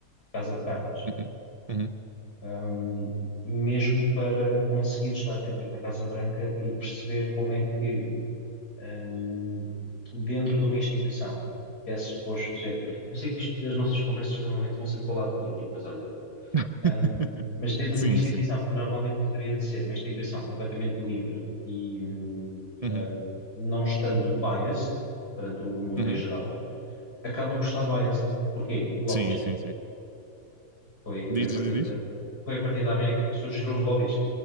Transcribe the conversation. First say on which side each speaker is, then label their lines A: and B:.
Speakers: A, on the left (about 85°); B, on the right (about 35°).
A: Casa de Cartas.
B: Uhum, uhum.
A: Um, mesmo para conseguir estar dentro da Casa Branca e perceber como é que hum, dentro de uma instituição, que é suposto ser. Eu sei que isto- as nossas conversas normalmente vão sempre para o lado político, mas olha,
B: <laughs>
A: hum, mas dentro
B: Sim,
A: de uma instituição
B: sim.
A: que normalmente deveria de ser uma instituição completamente livre e hum,
B: Uhum,
A: ah, não estando biased perante o o mundo
B: uhum.
A: em geral, acaba por estar biased. Porquê? Lobbies.
B: Sim, sim, sim.
A: Foi,
B: Diz,
A: foi a partir
B: diz, diz. diz.
A: da, foi a partir da América que surgiram os lobbies.